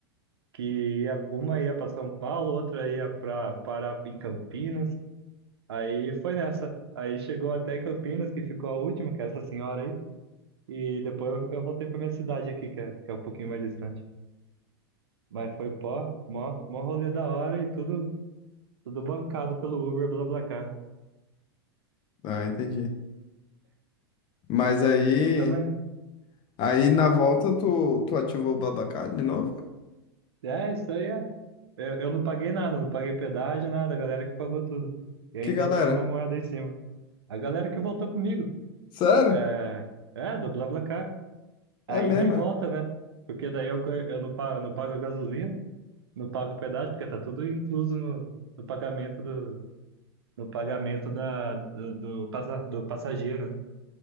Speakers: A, on the right; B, on the left.
A: Que ia, uma ia para São Paulo, outra ia para parar em Campinas. Aí foi nessa. Aí chegou até Campinas, que ficou a última, que é essa senhora aí. E depois eu, eu voltei pra minha cidade aqui, que é, que é um pouquinho mais distante. Mas foi pó, mó, mó rolê da hora e tudo, tudo bancado pelo Uber, BlaBlaCar.
B: Ah, entendi. Mas aí,
A: Mas também,
B: aí na volta tu, tu ativou o Babacar de novo?
A: é, isso aí é. Eu, eu não paguei nada, não paguei pedágio, nada, a galera que pagou tudo. E ainda
B: Que galera?
A: tirei uma moeda em cima. A galera que voltou comigo,
B: Sério?
A: é, é, do BlaBlaCar.
B: É
A: A
B: mesmo,
A: ida e volta,
B: é?
A: né? Porque daí eu, ganho- eu não pago, não pago a gasolina. não paga o pedágio, porque tá tudo incluso no, no pagamento do, no pagamento da, do, do, passa- do passageiro. né?